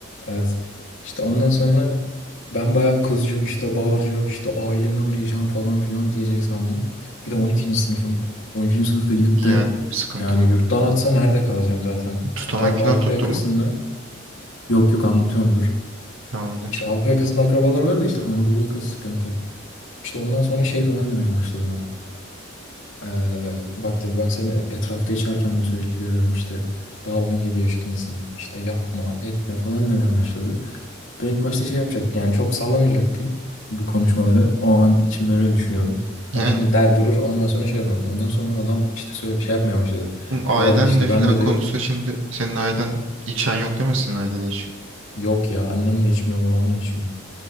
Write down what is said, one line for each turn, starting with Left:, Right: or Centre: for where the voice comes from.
Left: Evet. İşte ondan sonra ben bayağı kızacak işte bağıracak işte aileni arayacağım falan filan diyecek sandım. Bir de 12. sınıfım. 12. sınıfta gidip
Right: yani
Left: de
Right: sıkıntılı.
Left: yani yurttan atsa nerede kalacağım zaten?
Right: Tutanak
Left: Ka- Ar-
Right: falan
Left: Avrupa
Right: tuttu
Left: yakasında
Right: mu?
Left: Yok yok anlatıyorum dur.
Right: Tamamdır.
Left: İşte Avrupa yakasında akrabalar vardı işte Anadolu yakası sıkıntı. İşte ondan sonra şey falan demeye başladı bana. Ee, bak dedi ben seni etrafta içerken de sürekli görüyorum işte. Daha 17 yaşındasın işte yapma etme falan demeye başladı. Ben ilk başta şey yapacak yani çok sallamayacaktım bu konuşmaları. O an içimde öyle düşünüyordum. Hani
Right: Yani
Left: şimdi der durur ondan sonra şey yaparım. Ondan sonra adam işte söyle- şey yapmaya başladı.
Right: oğlum ailenle
Left: Ya dedi işte
Right: falan
Left: ben dedi
Right: konuşsa şimdi senin ailen içen yok değil mi senin ailede hiç?
Left: yok ya annem de içmiyor babam da içmiyor.